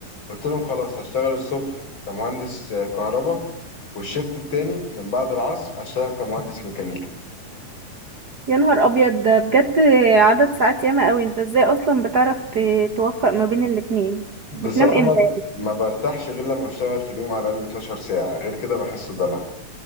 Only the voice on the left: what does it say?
قلت لهم خلاص هشتغل الصبح كمهندس آه، كهرباء والشيفت التاني من بعد العصر هشتغل كمهندس ميكانيكا
بصراحة
ما ما برتاحش غير لما اشتغل في اليوم على الاقل 12 ساعة غير كده بحسه دلع